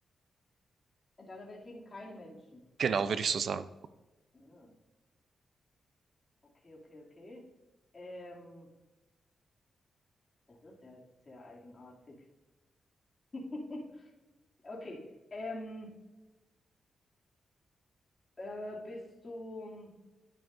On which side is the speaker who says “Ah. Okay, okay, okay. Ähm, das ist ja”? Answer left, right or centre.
Left